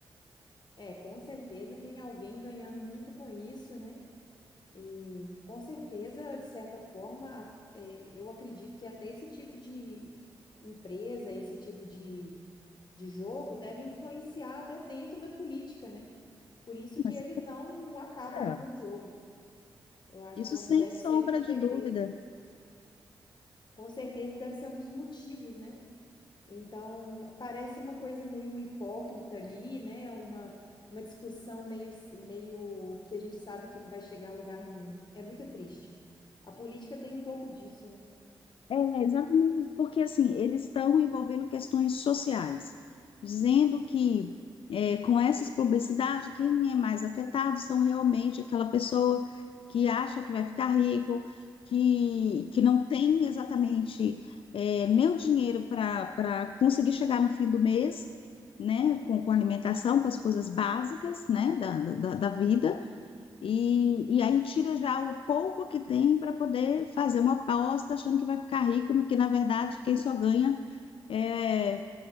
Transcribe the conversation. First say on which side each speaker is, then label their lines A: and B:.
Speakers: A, on the left (about 45°); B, on the left (about 65°).
A: É, com certeza tem alguém ganhando muito com isso, né? E com certeza, de certa forma, a- é, eu acredito que até esse tipo de empresa, esse tipo de, de jogo deve influenciar até dentro da política, né? Por isso que
B: Mas,
A: eles não acabam
B: é,
A: com o jogo. Eu acho
B: isso
A: que é
B: sem
A: um- deve
B: sombra
A: ser, com
B: de
A: certeza,
B: dúvida.
A: com certeza deve ser um dos motivos, né? Então, parece uma coisa meio hipócrita ali, né? Uma, uma discussão meio, meio que a gente sabe que não vai chegar a lugar nenhum. É muito triste. A política tem um pouco disso, né?
B: É, exatamente, isso, porque assim, eles estão envolvendo questões sociais, dizendo que é, com essas publicidades, quem é mais afetado são realmente aquela pessoa que acha que vai ficar rico, que, que não tem exatamente é, nem o dinheiro para para conseguir chegar no fim do mês, né, com, com alimentação, com as coisas básicas, né, da, da, da vida e, e aí tira já o pouco que tem para poder fazer uma aposta achando que vai ficar rico, no que na verdade quem só ganha é,